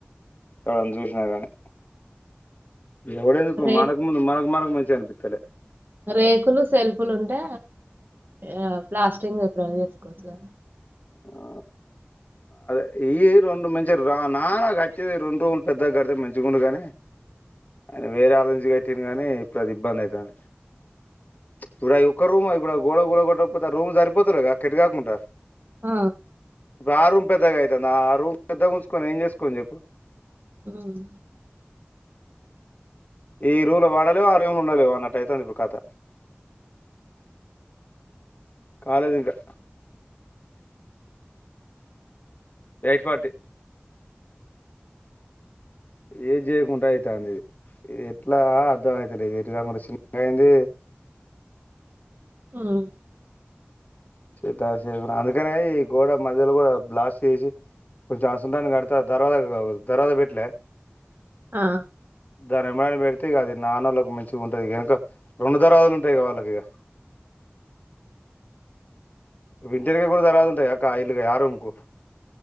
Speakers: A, on the left (about 45°); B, on the right (about 55°).
A: ఎవడన్నా చూసినా కానీ ఎవడ్ ఎందుకు,
B: రే
A: మనక్ ముందు మనక్ మనక్. మంచిగాన్పిత్తలే.
B: రేకులు సెల్పులు ఉంటే, ఆ ప్లాస్టింగ్ ఎప్పుడన్న చేసుకోవచ్చు గా.
A: ఆ అదే, ఇయ్యి రెండు మంచి రా నాన్న గట్టేది రెండు రూములు, పెద్దగా గడితే మంచిగుండు గని. ఆయన వేరే ఆలోచిత్. ఇల్లు గట్టిండు గాని, ఇప్పుడు అది ఇబ్బంది అయితాంది. <unintelligible> ఒక్క రూమ్ అయి గూడ గోడ కూలగొట్ట, ఆ రూమ్ సరిపోతలేవ్ గా అక్క ఎటుగాకుంటా.
B: ఆ.
A: గా రూమ్ పెద్దగా అవుతాంద్, ఆ రూమ్ పెద్దగా ఉంచుకోని ఏం చేసుకోను చెప్పు.
B: ఉమ్.
A: ఈ రూలు వాడలు, ఆ <unintelligible> ఉండలేవు అన్నట్టు అయితాంది ఇప్పుడు కాథ. కాలేద్ ఇగా. Eight party. ఏం చేయకుండా అయితాంది ఇది. ఇది ఎట్లా అర్థం అయితలేదు ఎటు కాకుండా చిన్నగా అయింది.
B: ఉమ్.
A: <unintelligible> అందుకనే ఈ గోడ మధ్యలో గూడా బ్లాస్ట్. చేసి కొంచం <unintelligible> కడ్తద్. దర్వాజకు దర్వాజా భేట్లే.
B: ఆ.
A: దాని ఎమ్మటే పెడితే, ఇగా అది నాన్నళ్ళకు మంచిగా ఉంటుది గనుక, రెండు దర్వాజాలు ఉంటాయి వాళ్ళకి ఇగా. ఇంటిఎనుక కూడా దర్వాజా ఉంటాయి గా, అక్క ఆ ఇల్లు, ఆ రూమ్ కు.